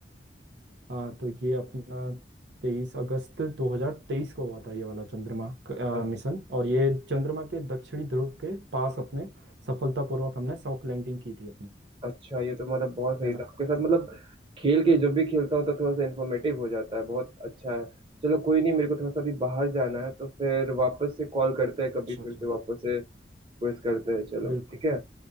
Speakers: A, on the right; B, on the right.
A: हाँ तो ये अपना तेईस अगस्त 2023 को हुआ था ये वाला चंद्रमा क- अ,
B: अ-
A: मिशन और ये चंद्रमा के दक्षिणी ध्रुव के पास अपने सफलतापूर्वक हमने सॉफ्ट लैंडिंग की थी अपने
B: अच्छा ये तो मतलब बहुत सही
A: है ना
B: था आपके साथ मतलब खेल के जब भी खेलता हूँ तो थोड़ा सा इन्फॉर्मेटिव हो जाता है बहुत अच्छा है चलो कोई नहीं मेरे को थोड़ा सा अभी बाहर जाना है तो फिर वापस से कॉल करते हैं कभी
A: अच्छा
B: फिर
A: अच्छा
B: से वापस से क्विज करते हैं चलो
A: बिल्कुल
B: ठीक है